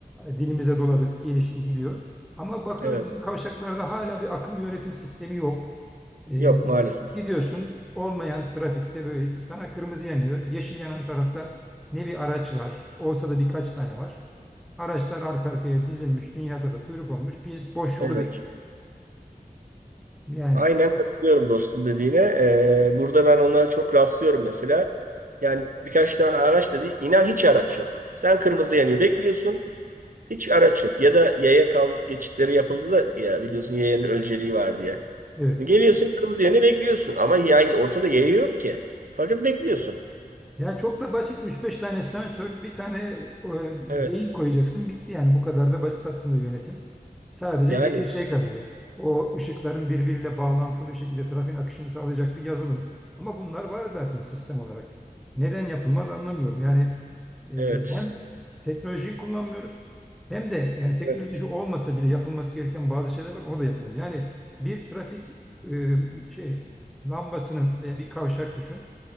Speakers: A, in the centre; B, on the right.
A: Dilimize doladık, gelişti, gidiyor. Ama bakıyoruz
B: Evet.
A: bizim kavşaklarda hala bir akıllı yönetim sistemi yok. Ee,
B: Yok maalesef.
A: gidiyorsun olmayan trafikte böyle sana kırmızı yanıyor. Yeşil yanan tarafta ne bir araç var, olsa da birkaç tane var. Araçlar arka arkaya dizilmiş, dünya kadar kuyruk olmuş. Biz boş yolu
B: Evet.
A: bekliyoruz. Yani
B: Aynen katılıyorum dostum dediğine. Ee, burada ben ona çok rastlıyorum mesela. Yani birkaç tane araç da değil. İnan hiç araç yok. Sen kırmızı yanıyor bekliyorsun. Hiç araç yok. Ya da yaya kal geçitleri yapıldı da ya biliyorsun yayanın ölçeliği var diye.
A: evet.
B: Geliyorsun kırmızı yanıyor bekliyorsun. Ama yay, ortada yaya yok ki. Fakat bekliyorsun.
A: Ya çok da basit üç beş tane sensör, bir tane e,
B: Evet.
A: beyin koyacaksın bitti yani bu kadar da basit aslında yönetim. Sadece
B: Yani
A: geriye şey kalıyor. O ışıkların birbiriyle bağlantılı şekilde trafiğin akışını sağlayacak bir yazılım. Ama bunlar var zaten sistem olarak. Neden yapılmaz anlamıyorum. Yani e,
B: evet.
A: hem teknolojiyi kullanmıyoruz hem de yani teknoloji
B: Evet.
A: olmasa bile yapılması gereken bazı şeyler var onu da yapmıyoruz. Yani bir trafik e, şey lambasının veya bir kavşak düşün.